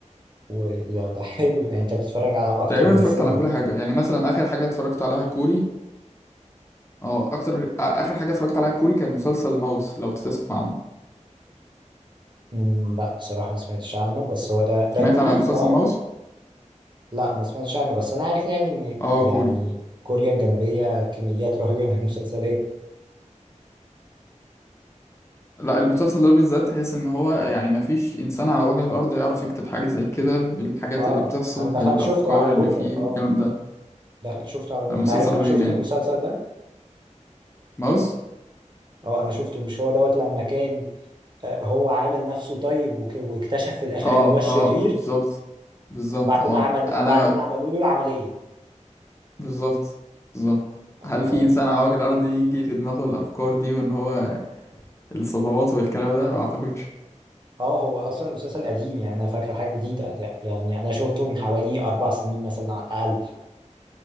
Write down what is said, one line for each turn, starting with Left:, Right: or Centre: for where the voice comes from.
Right: و... يعني ده حلو يعني انت بتتفرج على اكتر
Left: تقريبا
Right: من
Left: اتفرجت
Right: سينما
Left: على كل حاجة يعني مثلا آخر حاجة اتفرجت عليها كوري اه أكتر آخر حاجة اتفرجت عليها كوري كان مسلسل ماوس لو تسمع عنه
Right: امم، لا بصراحة ما سمعتش عنه بس هو ده ده
Left: سمعت
Right: كوري
Left: على مسلسل
Right: اه
Left: ماوس؟
Right: لا ما سمعتش عنه بس انا عارف يعني ان
Left: اه
Right: يعني
Left: كوري
Right: كوريا الجنوبية كميات رهيبة من المسلسلات
Left: لا المسلسل ده بالذات تحس ان هو يعني ما فيش انسان على وجه الارض يعرف يكتب حاجه زي كده بالحاجات
Right: اه
Left: اللي بتحصل
Right: انا
Left: بالافكار
Right: دخلت شفته على
Left: اللي
Right: جوجل
Left: فيه
Right: اه
Left: الكلام ده
Right: دخل شفته على بول.
Left: مسلسل
Right: انت عارف ان انا
Left: رهيب
Right: شفت
Left: يعني
Right: المسلسل ده
Left: ماوس
Right: اه انا شفته مش هو دوت لما كان آه، هو عامل نفسه طيب وك- واكتشف في الاخر
Left: اه
Right: ان هو الشرير
Left: اه بالظبط بالظبط
Right: بعد
Left: اه
Right: ما عمل
Left: انا
Right: بعد
Left: ما-
Right: ما عملوا له العملية
Left: بالظبط بالظبط هل
Right: اه
Left: في انسان على وجه الارض يجي في دماغه الافكار دي وان هو الصدمات والكلام ده ما اعتقدش
Right: اه هو اصلا المسلسل قديم يعني انا فاكره حاجة جديدة يعني انا شفته من حوالي اربع سنين مثلا على الاقل